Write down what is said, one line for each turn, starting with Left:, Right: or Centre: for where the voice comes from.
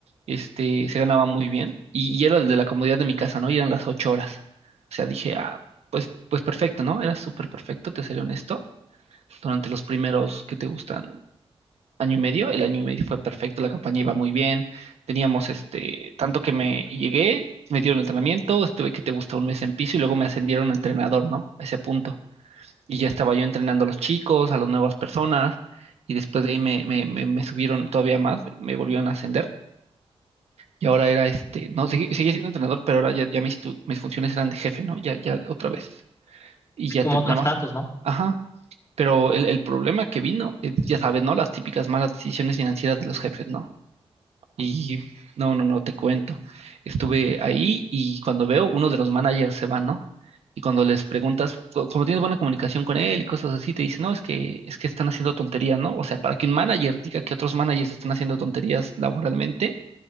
Right: este, se ganaba muy bien y, y era desde la comodidad de mi casa, ¿no? Y eran las ocho horas. O sea, dije, ah, pues, pues perfecto, ¿no? Era súper perfecto, te seré honesto. Durante los primeros que te gustan año y medio, el año y medio fue perfecto, la campaña iba muy bien, teníamos este, tanto que me llegué, me dieron entrenamiento, estuve que te gusta un mes en piso y luego me ascendieron a entrenador, ¿no? A ese punto y ya estaba yo entrenando a los chicos, a las nuevas personas, y después de ahí me, me, me, me subieron todavía más, me volvieron a ascender, y ahora era este, no, seguí, seguí siendo entrenador, pero ahora ya, ya mis, tu- mis funciones eran de jefe, ¿no? Ya, ya otra vez, y ya
Left: Como
Right: te,
Left: otro
Right: nada
Left: estatus,
Right: más,
Left: ¿no?
Right: ajá, pero el, el problema que vino es, ya sabes, ¿no? Las típicas malas decisiones financieras de los jefes, ¿no? Y no, no, no, te cuento. Estuve ahí y cuando veo, uno de los managers se va, ¿no? Y cuando les preguntas, co- como tienes buena comunicación con él y cosas así, te dice, no, es que, es que están haciendo tonterías, ¿no? O sea, para que un manager diga que otros managers están haciendo tonterías laboralmente,